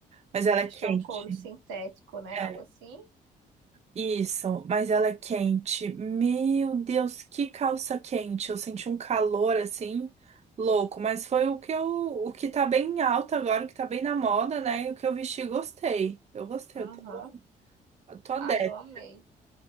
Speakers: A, on the right (about 35°); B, on the right (about 80°).
A: Mas ela
B: acho
A: é quente.
B: que é um couro sintético, né?
A: É.
B: Algo assim.
A: Isso, mas ela é quente. Meu Deus, que calça quente. Eu senti um calor assim louco, mas foi o que eu, o que tá bem alto agora, o que tá bem na moda, né? E o que eu vesti, gostei. Eu gostei,
B: Aham.
A: eu tô, eu tô adepta.
B: Ah, eu amei.